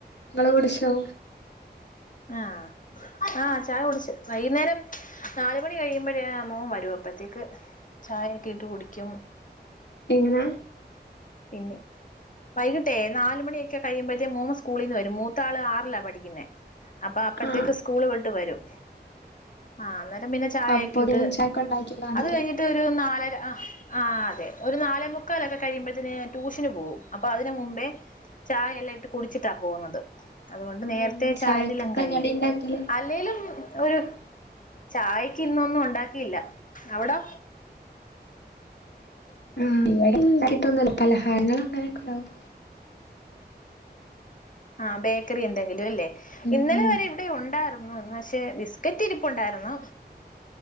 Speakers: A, on the left; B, on the left.
A: ങ്ങള് കുടിച്ചോ
B: ആ ആ ചായ കുടിച്ച് വൈന്നേരം നാല് മണി കഴിയുമ്പോഴേ ആ മോൻ വരും അപ്പത്തേക്ക് ചായക്കെ ഇട്ട് കുടിക്കും
A: എങ്ങനെ
B: പിന്നെ വൈകിട്ടേ നാലുമണിയൊക്കെ കഴിയുമ്പത്തെ മോൻ സ്കൂളീന്ന് വരും മൂത്താള് ആറിലാ പഠിക്ക്ന്നേ അപ്പാ അപ്പഴത്തേക്ക്
A: ആഹ്
B: സ്കൂള് വി ട്ടു വരും ആ ന്നേ രം പിന്നെ ചായക്കെ
A: അപ്പൊതിന്
B: ഇട്ട്
A: ചായക്ക് ഉണ്ടാക്കി കാണ്ടില്ലേ?
B: അത് കഴിഞ്ഞിട്ട് ഒരു നാല് തായത് ആ ആതെ ഒരു നാലേമുക്കാലൊക്കെ കഴിയുമ്പ ത്തിന് ട്യൂഷന് പോവും. അപ്പൊ അതിന് മുമ്പേ ചായെല്ലാം ഇട്ട് കുടിച്ചിട്ടാ പോവുന്നത്. അതുകൊണ്ട്
A: ഉം
B: നേരത്തെ
A: ചായക്കെന്താ
B: ചായടീലങ്ങ് കഴിയും
A: കടി ഇണ്ടാക്കല്
B: അല്ലേലും ഒരു ചായക്ക് ഇന്നൊന്നും ഒണ്ടാക്കിയില്ല അവടോ?
A: ഊം ഇവടൊന്നുണ്ടാക്കിട്ടൊന്നുല്ല പലഹാരങ്ങള് അങ്ങനൊക്കെണ്ടാവും
B: ആ ബേക്കറി എന്തെങ്കിലും അല്ലേ
A: ഉം
B: ഇന്നലെവരെ
A: ഉം
B: ഇവിടെ ഒണ്ടാരു ഇന്ന് ഇന്നക്ഷെ ബിസ്കറ്റ് ഇരിപ്പുണ്ടാരുന്നു